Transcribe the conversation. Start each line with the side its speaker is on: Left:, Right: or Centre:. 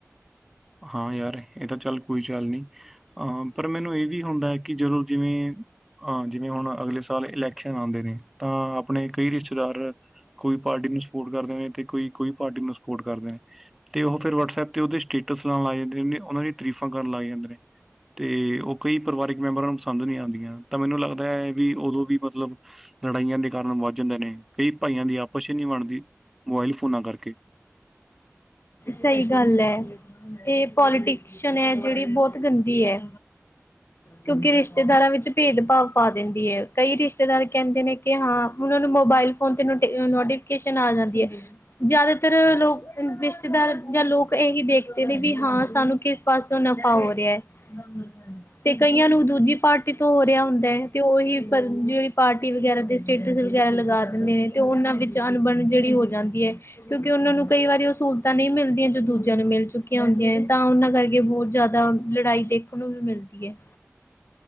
Centre: ਹਾਂ ਯਾਰ ਇਹ ਤਾਂ ਚੱਲ ਕੋਈ ਚੱਲ ਨਹੀਂ ਆਂ, ਪਰ ਮੈਨੂੰ ਇਹ ਵੀ ਹੁੰਦਾ ਏ ਕਿ ਜਦੋਂ ਜਿਵੇਂ ਅਹ ਜਿਵੇਂ ਹੁਣ ਅਗਲੇ ਸਾਲ ਇਲੈਕਸ਼ਨ ਆਂਦੇ ਨੇਂ ਤਾਂ ਆਪਣੇ ਕਈ ਰਿਸ਼ਤੇਦਾਰ ਕੋਈ ਪਾਰਟੀ ਨੂੰ ਸਪੋਰਟ ਕਰਦੇ ਨੇਂ ਤੇ ਕੋਈ, ਕੋਈ ਪਾਰਟੀ ਨੂੰ ਸਪੋਰਟ ਕਰਦੇ ਨੇਂ ਤੇ ਉਹ ਫਿਰ ਵਟਸਐਪ ਤੇ ਉਹਦੇ ਸਟੇਟਸ ਲਾਣ ਲੱਗ ਜਾਂਦੇ ਨੇਂ, ਉਹਨਾਂ ਦੀ ਤਾਰੀਫ਼ਾਂ ਕਰਨ ਲੱਗ ਜਾਂਦੇ ਨੇਂ। ਅਤੇ ਉਹ ਕਈ ਪਰਿਵਾਰਕ ਮੈਂਬਰਾਂ ਨੂੰ ਪਸੰਦ ਨਈਂ ਆਂਦੀਆਂ ਤਾਂ ਮੈਨੂੰ ਲੱਗਦਾ ਐ ਵੀ ਉਦੋਂ ਵੀ ਮਤਲਬ ਲੜਾਈਆਂ ਦੇ ਕਾਰਨ ਵੱਧ ਜਾਂਦੇ ਨੇਂ, ਕਈ ਭਾਈਆਂ ਦੀ ਆਪ ਕੁਛ ਨੀਂ ਬਣਦੀ ਮੋਬਾਇਲ ਫੋਨਾਂ ਕਰਕੇ।
Left: ਸਹੀ ਗੱਲ ਐ। ਇਹ ਪੋਲੀਟੀਸ਼ਨ ਏ ਜਿਹੜੀ ਬਹੁਤ ਗੰਦੀ ਐ। ਕਿਉਂਕਿ ਰਿਸ਼ਤੇਦਾਰਾਂ ਵਿੱਚ ਭੇਦ-ਭਾਵ ਪਾ ਦਿੰਦੀ ਐ, ਕਈ ਰਿਸ਼ਤੇਦਾਰ ਕਹਿੰਦੇ ਨੇਂ ਕਿ ਹਾਂ ਉਹਨਾਂ ਨੂੰ ਮੋਬਾਇਲ ਫੋਨ ਤੇ ਨੋਟੀਫਿਕੇਸ਼ਨ ਆ ਜਾਂਦੀ ਐ, ਜਿਆਦਾਤਰ ਲੋਕ ਰਿਸ਼ਤੇਦਾਰ ਜਾਂ ਲੋਕ ਇਹੀ ਦੇਖਦੇ ਨੇਂ ਵੀ ਹਾਂ, ਸਾਨੂੰ ਕਿਸ ਪਾਸਿਓ ਨਫ਼ਾ ਹੋ ਰਿਹਾ ਐ। <unintelligible> ਤੇ ਕਈਆਂ ਨੂੰ ਦੂਜੀ ਪਾਰਟੀ ਤੋਂ ਹੋ ਰਿਹਾ ਹੁੰਦਾ ਐ ਤੇ ਉਹੀ ਜਿਹੜੀ ਪਾਰਟੀ ਵਗੈਰਾ ਦੇ, <unintelligible> ਸਟੇਟਸ ਵਗੈਰਾ ਲਗਾ ਦਿੰਦੇ ਨੇਂ ਤੇ ਉਹਨਾਂ ਵਿੱਚ ਅਣਬਣ ਜਿਹੜੀ ਹੋ ਜਾਂਦੀ ਐ। ਕਿਉਂਕਿ ਉਹਨਾਂ ਨੂੰ ਕਈ ਵਾਰੀ ਸਹੂਲਤਾਂ ਨਹੀਂ ਮਿਲਦੀਆਂ ਜੋ ਦੂਜਿਆਂ ਨੂੰ ਮਿਲ ਚੁੱਕੀਆਂ ਹੁੰਦੀਆਂ ਹੈ। ਤਾਂ ਉਹਨਾਂ ਕਰਕੇ ਬਹੁਤ ਜ਼ਿਆਦਾ ਲੜਾਈ ਦੇ ਉਹ ਨੂੰ ਵੀ ਮਿਲਦੀ ਹੈ।